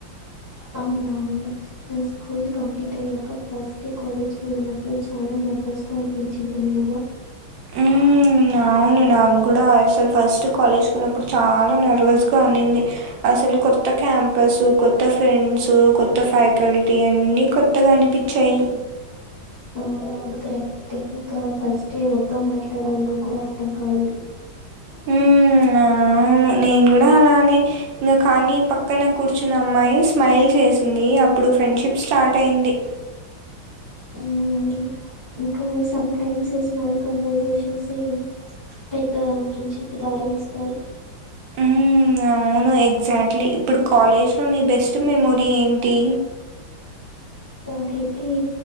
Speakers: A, on the left; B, on the right.
A: అవునవును స్కూల్ కంప్లీట్ ట్ అయ్యాక ఫస్ట్ కాలేజ్ కి వెళ్ళినప్పుడు చాలా నెర్వస్ గా అనిపించి ఉంటుంది కదా
B: మ్మ్, అవును నాకు గూడా అసలు ఫస్ట్ కాలేజ్కి వెళ్ళిన్నప్పుడు చాలా నెర్వస్గ ఉన్నింది అ అసలు కొత్త క్యాంపస్ కొత్త ఫ్రెండ్స్ కొత్త ఫ్యాకల్టీ అన్ని కొత్తగా అనిపించి చెయ్
A: అవునవును కరెక్టే ఇంక ఫస్ట్ మొత్తం మా ట్లడాలో కూడా అర్థం కాలేదు
B: మ్మ్ అవును నేను కూడా అలానే ఇంకా కానీ పక్కన కూర్చున్న అమ్మాయి స్మైల్ చేసింది అప్పుడు ఫ్రెండ్షిప్ స్టార్ట్ అయింది
A: మ్ ఇంకా సమ్ టైమ్స్ స్మాల్ కన్వర్సేషన్సే పెద్ద ఫ్రెండ్షిప్కి దారి తీస్తది
B: మ్మ్ అవును ఎగ్జాక్ట్లీ ఇప్పుడు కాలేజ్లో నిబెస్ట్ మెమోరీ ఏంటి
A: నాకైతే